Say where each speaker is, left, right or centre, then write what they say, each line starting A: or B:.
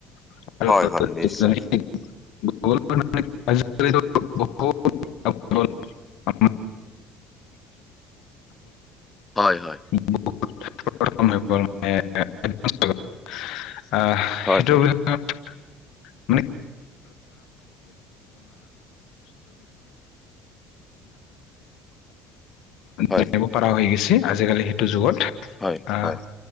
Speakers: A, on the left; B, on the left.
A: <unintelligible>
B: হয়, হয়, নিশ্চয়,
A: <unintelligible>
B: হয় হয়।
A: <unintelligible> আহ
B: হয়
A: সেইটো
B: হয়।
A: বিষয়ে <unintelligible> <unintelligible> <inaudible> <unintelligible>
B: হয়,
A: জানিব পৰা হৈ গৈছে আজিকালি সেইটো যুগত
B: হয়,
A: আহ।
B: হয়,